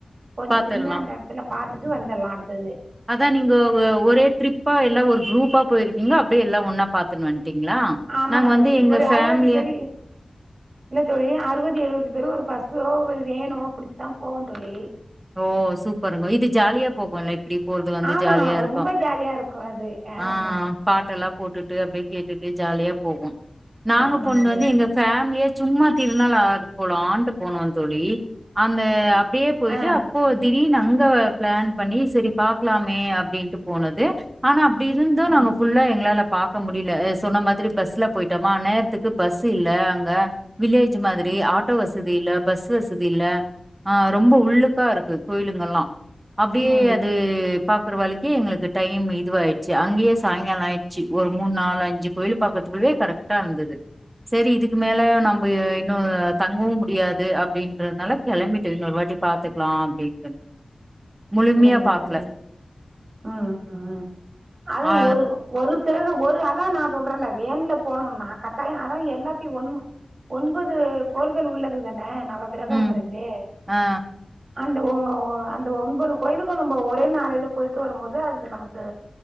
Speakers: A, on the right (about 60°); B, on the right (about 30°).
A: கொஞ்ச
B: பாத்துர்லா
A: நின்னு அந்தஎடத்துல பாத்துட்டு வந்தர்லா அடுத்தது
B: அதா நீங்கோ ஒ ஒரே ட்ரிப்பா எல்லா ஒரு குரூப்பா போயிருக்கீங்க அப்படியே எல்லா ஒன்னா பாத்துன்னு வந்ட்டீங்களா
A: ஆமாங்க
B: நாங்க வந்து
A: தோழி
B: எங்க
A: ஒரு
B: ஃபேமிலியா
A: அறுபது பெரி இல்ல தோழி அறுவது எழுவது பேரு ஒரு பஸ்ஸோ ஒரு வேனோ பிடிச்சுதா போவோ தோழி
B: ஓ சூப்பருங்கோ இது ஜாலியா போகுல்ல இப்படி போறது வந்து
A: ஆமா
B: ஜாலியா இருக்கு
A: ரொம்ப ஜாலியா இருக்கு அது ஆமா
B: ஆ பாட்டலா போட்டுட்டு அப்படியே கேட்டுட்டு ஜாலியா போவோ நாங்க
A: ஆமாங்க
B: போனது வந்து
A: தோழி
B: எங்க ஃபேமிலியா சும்மா திருநள்ளாறு போலான்ட்டு போனோன் தோழி அந்த அப்டியே
A: ஆ
B: டு அப்போ திடீர்னு அங்க பிளான் பண்ணி சேரி பாக்கலாமே அப்படின்ட்டு போனது ஆனா அப்படி இருந்து
A: ஆ
B: நாங்க ஃபுல்லா எங்களால பாக்க முடில்ல அ சொன்ன மாதிரி பஸ்ல போயிட்டோமா நேத்துக்கு பஸ்சு இல்ல அங்க வில்லேஜ் மாதிரி
A: ம்
B: ஆட்டோ வசதி இல்ல பஸ் வசதி இல்ல ஆ ரொம்போ உள்ளுக் கா இருக்கு கோயிலுங்கள்லா அப்டியே
A: ம்
B: அது பாக்குறவாளுக்கே எங்களுக்கு டைம் இதுவாயிட்ச்சு அங்கேயே சாங்கால ஆயி ச்சி ஒரு மூன் நாலஞ்சு கோயில் பாக்றதுக்குள்ளே கரெக்டா இருந்தது செரி இதுக்கு மேல நம்ப இன்னு தங்கவும் முடியாது அப்டின்றதுனால கெளம்பிட்ட இன்னொரு வாட்டி பாத் துக்கலா அப்டின்ட்டு முழுமையா
A: அப்டிங்களா
B: பாக்கல
A: தோழி ம் ம் அது
B: ஆ
A: ஒரு ஒரு பிறகு ஒரு அதா நா சொல்றேன்ல வேன்ல போனோம்னா கட்டாய அதா எல்லாத்தையு ஒண்ம ஒன்பது கோள்கள் உள்ளது தானே நவ கிரகங்கிறது
B: ம் ஆ
A: அந்த ஓ ஓ அந் த ஒன்பது கோயிலுக்கு நம்ப ஒரே நாரையில போயிட்டு வரும்போது அதுல நமக்கு